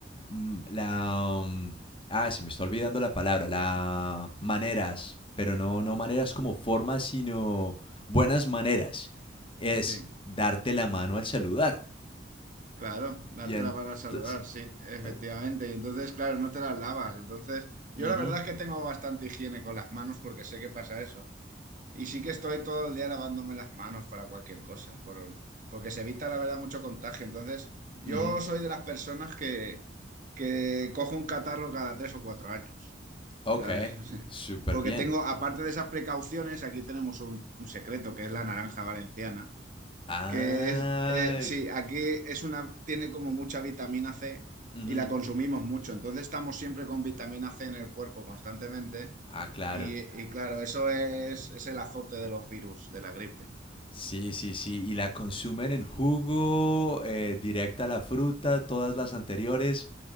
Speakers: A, on the left; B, on the right.
A: mm, la, um, ah, se me está olvidando la palabra, la maneras, pero no, no maneras como formas, sino buenas maneras. Es
B: Sí.
A: darte la mano al saludar.
B: Claro, darte
A: Y entonces,
B: la mano al saludar, sí, efectivamente.
A: eh,
B: Y entonces, claro, no te las lavas. Entonces, yo
A: ujú,
B: la verdad es que tengo bastante higiene con las manos porque sé que pasa eso. Y sí que estoy todo el día lavándome las manos para cualquier cosa, por- porque se evita, la verdad, mucho contagio. Entonces, yo
A: ujú,
B: soy de las personas que, que cojo un catarro cada tres o cuatro años,
A: ok,
B: ¿sabes? <laughs>
A: súper
B: Porque
A: bien.
B: tengo, aparte de esas precauciones, aquí tenemos un, un secreto que es la naranja valenciana.
A: Ah,
B: Que es, eh, sí, aquí es una, tiene como mucha vitamina C
A: ujú,
B: y la consumimos mucho. Entonces estamos siempre con vitamina C en el cuerpo constantemente.
A: ah, claro.
B: Y, y claro, eso es, es el azote de los virus, de la gripe.
A: Sí, sí, sí. Y la consumen en jugo, eh, directa a la fruta, todas las anteriores.